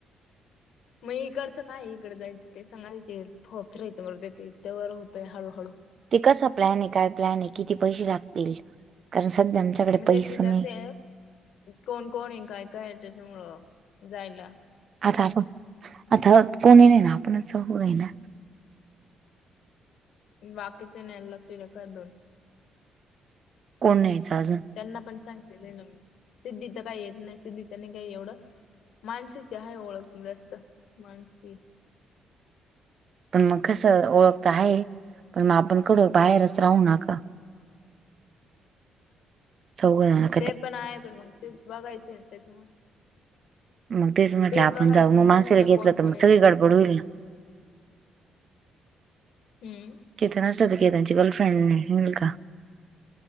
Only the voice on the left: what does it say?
मग इकडचं काय इकडं जायचं ते सांगा इथे फ फिरायचं मर ते ते व होतंय हळूहळू्.
मग
तेच विचारते
कोण कोण आहे काय काय त्याच्यामुळं जायला.
बाकीच नाही लकीकडे का दोन.
त्यांना पण सांगितलेल हे ना मी सिद्धी तर काही येत नाही सिद्धीच नी काही एवढं मानसीची आहे ओळख जास्त मानसी.
ते पण आहे पण मग तेच बघायचें त्याच्यामुळे...
तेच
बघायचं
म्हणून
म्हंटलं
कोण
कोण
येतं
कोण कोण
नाही.
हम्.